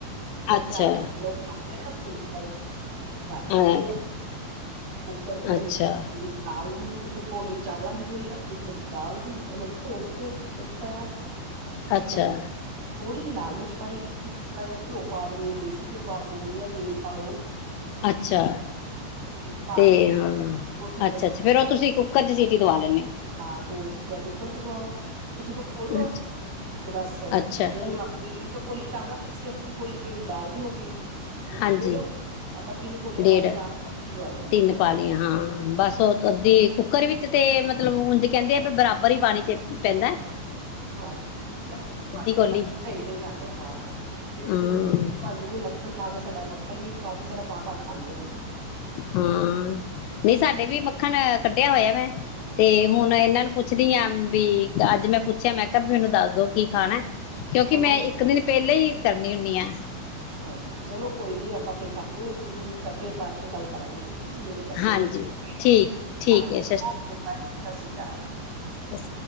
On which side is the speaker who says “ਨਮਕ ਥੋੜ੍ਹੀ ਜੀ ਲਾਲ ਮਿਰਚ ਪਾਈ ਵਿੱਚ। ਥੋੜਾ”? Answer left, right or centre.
Right